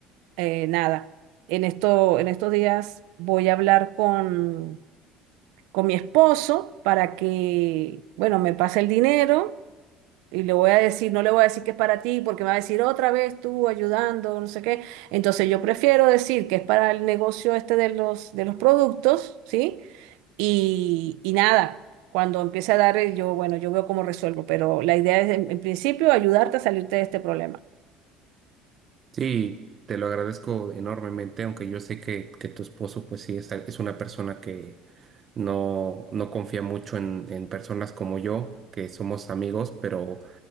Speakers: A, on the right; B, on the right.
A: eh, nada, en esto, en estos días voy a hablar con, con mi esposo para que, bueno, me pase el dinero y le voy a decir, no le voy a decir que es para ti porque me va a decir otra vez tú ayudando, no sé qué. Entonces yo prefiero decir que es para el negocio este de los, de los productos, ¿sí? Y, y nada, cuando empiece a dar, eh, yo, bueno, yo veo cómo resuelvo, pero la idea es en en principio ayudarte a salirte de este problema.
B: Sí, te lo agradezco enormemente, aunque yo sé que, que tu esposo, pues sí, es, es una persona que no, no confía mucho en, en personas como yo, que somos amigos, pero